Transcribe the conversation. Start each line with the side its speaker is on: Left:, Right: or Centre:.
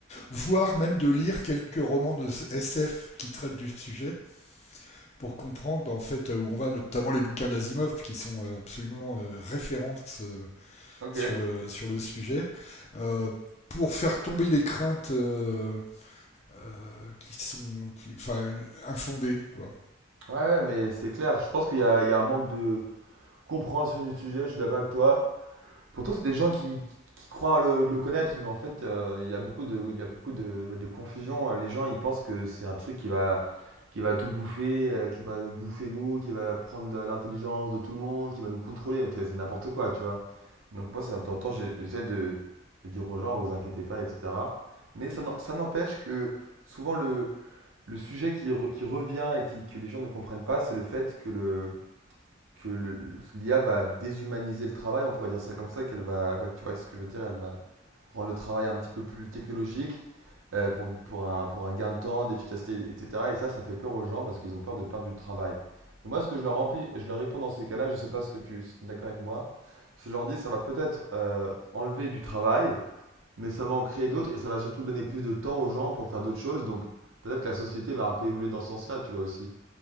Left: voire même de lire quelques romans de SF qui traitent du sujet pour comprendre en fait euh, où on va, notamment les bouquins d'Asimov qui sont euh, absolument euh, références euh,
Right: Ok.
Left: sur
Right: Ouais,
Left: le, sur le sujet. Euh, pour faire tomber les craintes euh, euh, qui sont qui, enfin, infondées. Quoi.
Right: ouais, mais c'est clair. Je pense qu'il y a, il y a un manque de compréhension du sujet. Je suis d'accord avec toi. Pourtant, c'est des gens qui, qui, qui croient le, le connaître, mais en fait, euh, il y a beaucoup de, il y a beaucoup de, ouais, de confusion. Euh, Les gens, ils pensent que c'est un truc qui va, qui va tout bouffer, euh, qui va nous bouffer nous, qui va prendre de l'intelligence de tout le monde, qui va nous contrôler. Mais c'est c'est n'importe quoi, tu vois. Donc moi, ça, de temps en temps, j'ai- j'essaie de, de dire aux gens, vous inquiétez pas, etc. Mais ça n'en- ça n'empêche que souvent, le, le sujet qui, re- qui revient et qui, que les gens ne comprennent pas, c'est le fait que le, que le- le- l'IA va déshumaniser le travail, on pourrait dire ça comme ça, qu'elle va, ouais, tu vois ce que je veux dire, elle va rendre le travail un petit peu plus technologique euh, pour, pour un, pour un gain de temps, d'efficacité, etc. Et ça, ça fait peur aux gens parce qu'ils ont peur de perdre du travail. Et moi, ce que je leur remplis, je leur réponds dans ces cas-là, je ne sais pas ce que tu, si tu es d'accord avec moi, c'est que je leur dis, ça va peut-être euh, enlever du travail, mais ça va en créer d'autres et ça va surtout donner plus de temps aux gens pour faire d'autres choses. Donc peut-être que la société va un peu évoluer dans ce sens-là, tu vois aussi.